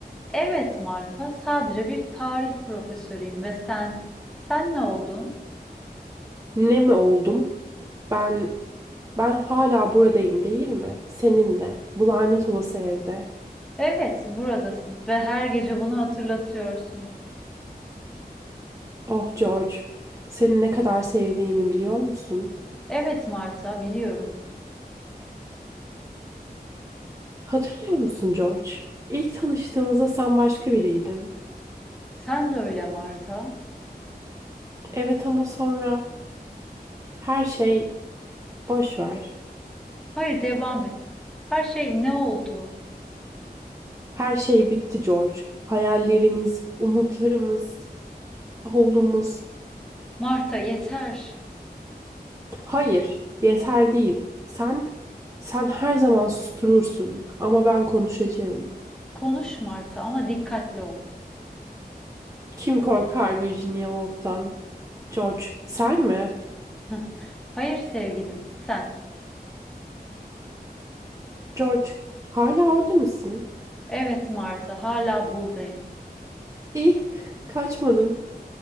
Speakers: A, in the centre; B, on the right.
A: Evet Marta, sadece bir tarih profesörüyüm ve sen, sen ne oldun?
B: Ne mi oldum? Ben ben hala buradayım değil mi? Seninle. Bu lanet olası evde.
A: Evet, buradasın ve her gece bunu hatırlatıyorsun.
B: Oh George, seni ne kadar sevdiğimi biliyor musun?
A: Evet Marta, biliyorum.
B: Hatırlıyor musun George? İlk tanıştığımızda sen başka biriydin.
A: Sen de öyle Marta.
B: Evet ama sonra her şey boş ver.
A: Hayır, devam et. Her şey ne oldu?
B: Her şey bitti George. Hayallerimiz, umutlarımız. Oğlumuz.
A: Marta, yeter.
B: Hayır, yeter değil. Sen sen her zaman susturursun ama ben konuşacağım.
A: Konuş Marta ama dikkatli ol.
B: Kim korkar Virginia Woolf'tan? George, sen mi?
A: <laughs> Hayır sevgilim, sen.
B: George, hala orada mısın?
A: Evet Marta, hala buradayım.
B: İyi, kaçmadın.